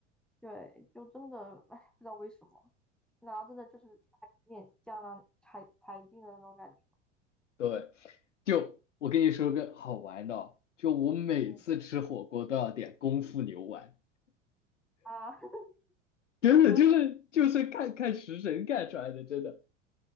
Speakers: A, in the centre; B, on the left (about 75°).
A: 对，就真的，哎，不知道为什么，然后真的就是还有点江郎才才尽的那种感觉。
B: 对，就我跟你说个好玩的哦就我每次吃火锅都要点功夫牛丸，
A: 嗯啊，<laughs>
B: 真的就是就是看看食神干出来的，
A: 就就是，
B: 真的